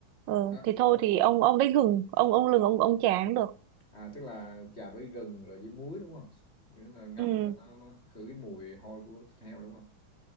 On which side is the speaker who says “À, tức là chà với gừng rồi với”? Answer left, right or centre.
Left